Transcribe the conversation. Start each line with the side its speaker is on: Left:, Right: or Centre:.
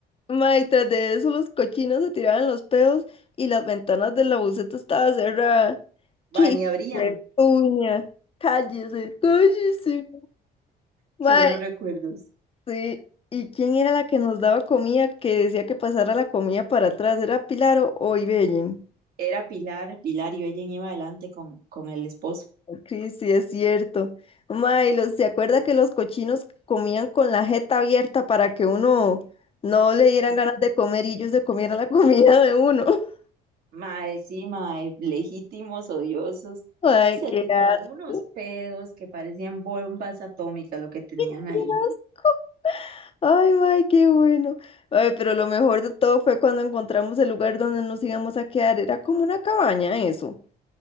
Left: Ma, y tras de eso los cochinos se tiraban los pedos y las ventanas de la buseta estaba cerrada.
Right: Mae,
Left: ¡Qué
Right: ni abrían.
Left: uña! ¡Cállese, cállese! Ma,
Right: Qué buenos recuerdos.
Left: sí. ¿Y quién era la que nos daba comida que decía que pasara la comida para atrás? ¿Era Pilar o, o Ibellen?
Right: Era Pilar, Pilar y ella iba adelante con, con el esposo.
Left: Cris, sí, es cierto. Ma, y los, ¿se acuerda que los cochinos comían con la jeta abierta para que uno no le dieran
Right: No,
Left: ganas de comer y ellos se comieran la <laughs> comida de uno? <laughs>
Right: mae, sí, mae, legítimos, odiosos.
Left: Ay,
Right: Se
Left: qué
Right: tiraban
Left: asco.
Right: unos pedos que parecían bombas atómicas lo que tenían
Left: ¡Qué
Right: ahí.
Left: asco! Ay, May, qué bueno. Ay, pero lo mejor de todo fue cuando encontramos el lugar donde nos íbamos a quedar. Era como una cabaña, eso.